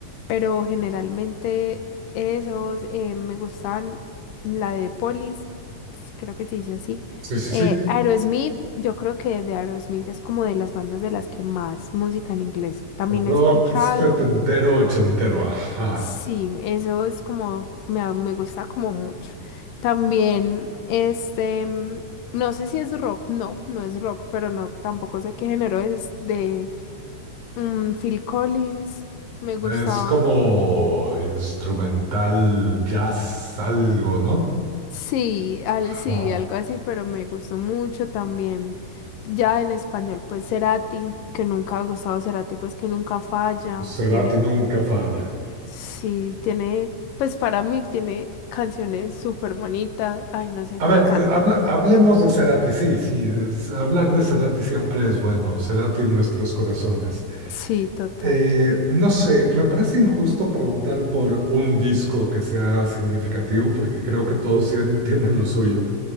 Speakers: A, on the left (about 80°); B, on the right (about 65°).
A: pero generalmente esos eh, me gustan la de Police, sí, creo que se dice así.
B: Sí, sí,
A: Eh,
B: sí.
A: Aerosmith, yo creo que de Aerosmith es como de las bandas de las que más música en inglés también he
B: Rock
A: escuchado.
B: setentero, ochentero, ajá.
A: Sí, eso es como, me, a- me gusta como mucho. También, este, mm, no sé si es rock, no, no es rock, pero no, tampoco sé qué género es, de mm, Phil Collins, me gustaba,
B: Es como instrumental jazz, algo, ¿no?
A: sí, al-
B: Ajá.
A: sí, algo así, pero me gustó mucho también. Ya en español, pues Cerati, que nunca ha gustado Cerati, pues que nunca falla,
B: Pues Cerati
A: tiene,
B: nunca falla.
A: sí, tiene, pues para mí tiene canciones súper bonitas, ay, no sé,
B: A
A: me
B: ver,
A: encanta.
B: eh, habla- hablemos de Cerati, sí, sí, es- hablar de Cerati siempre es bueno, Cerati en nuestros corazones.
A: Sí, total.
B: Eh, no sé, me parece injusto preguntar por un disco que sea significativo, porque creo que todos tien- tienen lo suyo,